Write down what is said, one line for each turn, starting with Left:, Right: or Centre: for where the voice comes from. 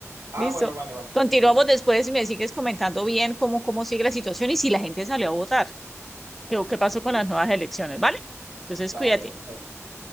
Right: ah,
Centre: Listo.
Right: bueno, vale, vale, tranquila.
Centre: Continuamos
Right: estoy.
Centre: después y me sigues comentando bien cómo, cómo sigue la situación y si la gente salió a votar, qué, qué
Right: Sí,
Centre: pasó con
Right: sí,
Centre: las nuevas elecciones, ¿vale? Entonces,
Right: vale,
Centre: cuídate.
Right: vale. está bien.